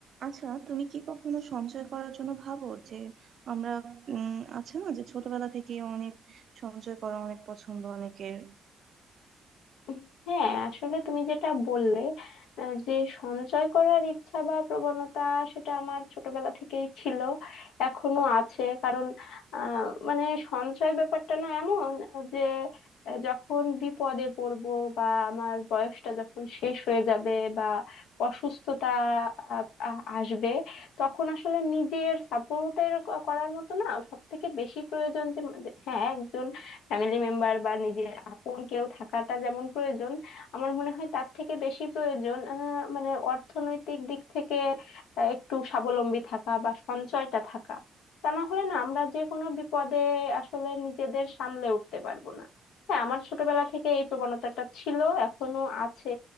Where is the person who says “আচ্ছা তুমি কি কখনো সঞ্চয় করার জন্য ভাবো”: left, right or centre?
Right